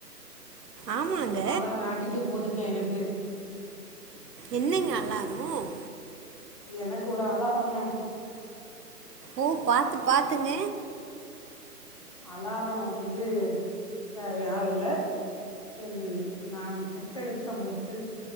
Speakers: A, on the right; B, on the left.
A: ஆமாங்க
B: அலார அடிக்க போதுங்க எனக்கு க்கு
A: என்னங்க அலாரம்
B: எனக்கு ஒரு அலாரங்க
A: ஓ பாத்து பாத்துங்க
B: அலாரம் வந்து வேற யாரு இல்ல என் நான் பெத்தெடுத்த முத்து